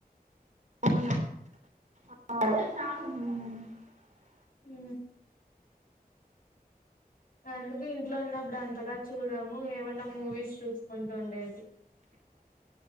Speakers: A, on the right; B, on the left.
A: అవును అ వును
B: ఉ అందుకె ఇంట్లో ఉన్నప్పుడు అం చక్కగా చూడము ఏమన్నా మూవీస్ చూసుకుంటూ ఉండేది